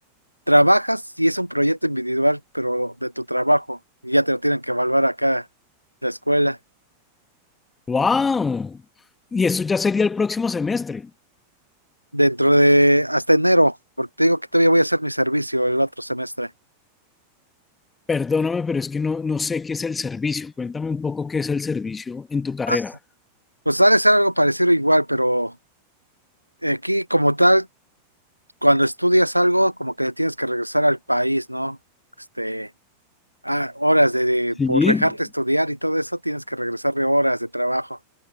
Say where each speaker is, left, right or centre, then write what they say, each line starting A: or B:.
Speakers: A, on the left; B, on the left.
A: trabajas y es un proyecto individual, pero de tu trabajo, y ya te lo tienen que evaluar acá en la escuela.
B: wow. Y eso ya sería el próximo semestre.
A: dentro de hasta enero, porque te digo que todavía voy a hacer mi servicio el otro semestre.
B: Perdóname, pero es que no, no sé qué es el servicio. Cuéntame un poco qué es el servicio en tu carrera.
A: Ah, pues ha de ser algo parecido igual, pero aquí como tal, cuando estudias algo, como que tienes que regresar al país, ¿no? Este, ah, horas de, de-
B: Sí.
A: por dejarte estudiar y todo eso, tienes que regresar de horas de trabajo